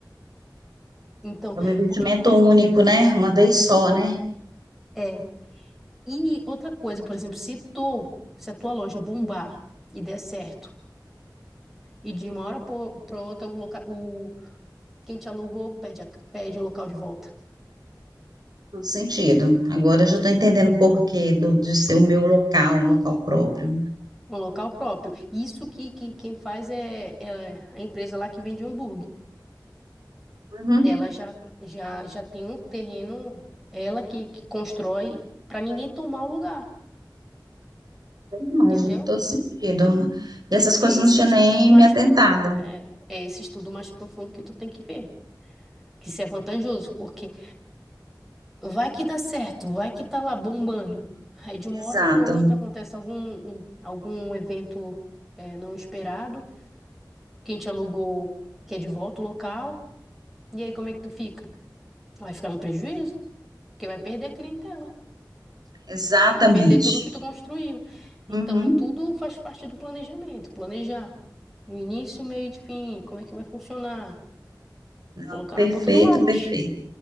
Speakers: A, in the centre; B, on the right (about 65°).
A: Então,
B: É um investimento
A: porque
B: único, né? Uma vez só, né?
A: é, E outra coisa, por exemplo, se tu, se a tua loja bombar e der certo, e de uma hora para outra o, loca, o quem te alugou pede, a- pede o local de volta,
B: todo sentido. Agora eu já estou entendendo o porquê do, de ser o meu local, um local próprio.
A: um local próprio. Isso que quem, quem faz é, é a empresa lá que vende hambúrguer.
B: Uhum,
A: Ela já, já, já tem um terreno, ela que, que constrói para ninguém tomar o lugar,
B: bem imagem,
A: entendeu?
B: todo sentido. E essas
A: É
B: coisas
A: esse
B: eu não tinha
A: estudo
B: nem
A: mais,
B: me atentado.
A: é, é esse estudo mais profundo que tu tem que ver, que isso é vantajoso, porque Vai que dá certo, vai que tá lá bombando. Aí de uma
B: Exato,
A: hora para outra acontece algum, um- algum evento é, não esperado, quem te alugou quer de volta o local, e aí como é que tu fica? Vai ficar no prejuízo, porque vai perder a clientela,
B: exatamente.
A: vai perder tudo que tu construiu. Então
B: Uhum.
A: é tudo faz parte do planejamento, planejar o início, o meio e o fim, como é que vai funcionar,
B: Não,
A: colocar
B: perfeito,
A: na ponta do lápis.
B: perfeito,